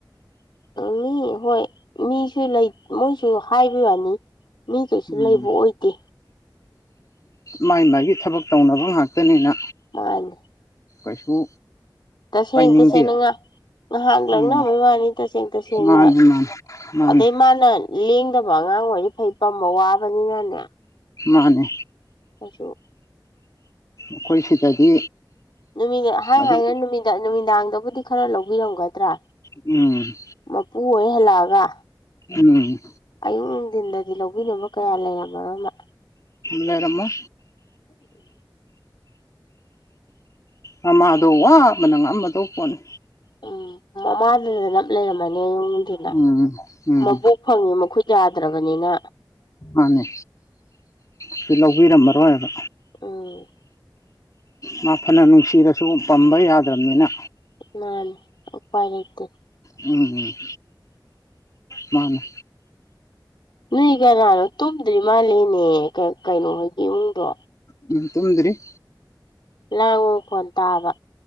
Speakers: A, on the left; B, on the left.
A: ꯃꯤ ꯍꯣꯏ ꯃꯤꯁꯨ ꯂꯩ ꯃꯣꯏꯁꯨ ꯍꯥꯏꯕꯤ ꯋꯥꯅꯤ ꯃꯤ ꯀꯩꯁꯨ
B: ꯎꯝ
A: ꯂꯩꯕ ꯑꯣꯏꯗꯦ
B: ꯃꯥꯏ ꯃꯥꯏꯒꯤ ꯊꯕꯛ ꯇꯧꯅꯕ ꯉꯥꯛꯇꯥꯅꯤꯅ
A: ꯃꯥꯅꯤ
B: ꯀꯩꯁꯨ
A: ꯇꯁꯦꯡ
B: ꯄꯥꯏꯅꯤꯡꯗꯦ
A: ꯇꯁꯦꯡꯅ ꯉꯍꯥꯛ
B: ꯎꯝ
A: ꯂꯪꯅꯕꯩ ꯋꯥꯅꯤ ꯇꯁꯦꯡ ꯇꯁꯦꯡꯅ
B: ꯃꯥꯅꯤ ꯃꯥꯅꯤ ꯃꯥꯅꯤ
A: ꯑꯗꯩ ꯃꯥꯅ ꯂꯦꯡꯗꯕ ꯑꯉꯥꯡ ꯑꯣꯏꯔꯗꯤ ꯐꯩ ꯄꯝꯕ ꯋꯥꯕꯅꯤꯅꯅꯦ
B: ꯃꯥꯅꯦ
A: ꯀꯩꯁꯨ
B: ꯑꯈꯣꯏ ꯁꯤꯗꯗꯤ
A: ꯅꯨꯃꯤꯠꯅ ꯍꯥꯏ
B: ꯑꯗꯨꯝ
A: ꯍꯥꯏꯅ ꯅꯨꯃꯤꯠꯅ ꯅꯨꯃꯤꯗꯥꯡꯗꯕꯨꯗꯤ ꯈꯔ ꯂꯧꯕꯤꯔꯝꯒꯗ꯭ꯔꯥ
B: ꯎꯝ
A: ꯃꯄꯨ ꯑꯣꯏ ꯍꯜꯂꯛꯑꯒ
B: ꯎꯝ
A: ꯑꯌꯨꯛ ꯅꯨꯡꯊꯤꯟꯗꯗꯤ ꯂꯧꯕꯤꯅꯕ ꯀꯌꯥ ꯂꯩꯔꯝꯃꯔꯣꯏ ꯃꯥ
B: ꯂꯩꯔꯝꯃꯣꯏ
A: <inaudible>
B: ꯃꯃꯥꯗꯣ ꯋꯥꯕꯅ ꯉꯝꯃꯗꯧ ꯄꯣꯠꯅꯤ
A: ꯎꯝ ꯃꯃꯥꯗꯨꯗ ꯅꯞ ꯂꯩꯔꯝꯃꯅꯤ ꯌꯨꯝꯗꯅ
B: ꯎꯝ ꯎꯝ
A: ꯃꯕꯣꯛ ꯐꯪꯉꯤ ꯃꯈꯨꯠ ꯌꯥꯗ꯭ꯔꯕꯅꯤꯅ
B: ꯃꯥꯅꯦ ꯁꯤ ꯂꯧꯕꯤꯔꯝꯃꯔꯣꯏꯕ
A: ꯎꯝ
B: ꯃꯥ ꯐꯥꯅ ꯅꯨꯡꯁꯤꯔꯁꯨ ꯄꯝꯕꯥ ꯌꯥꯗ꯭ꯔꯕꯅꯤꯅ
A: ꯃꯥꯅꯤ ꯎꯄꯥꯏ ꯂꯩꯇꯦ
B: ꯎꯝ ꯎꯝ ꯃꯥꯅꯦ
A: ꯅꯣꯏ ꯀꯅꯥꯅꯣ ꯇꯨꯝꯗ꯭ꯔꯤ ꯃꯥꯜꯂꯦꯅꯦ ꯀꯩꯅꯣ ꯍꯣꯏꯒꯤ ꯏꯃꯨꯡꯗꯣ
B: ꯎꯝ ꯇꯨꯝꯗꯔꯤ
A: ꯂꯥꯡꯕ ꯃꯈꯣꯟ ꯇꯥꯕ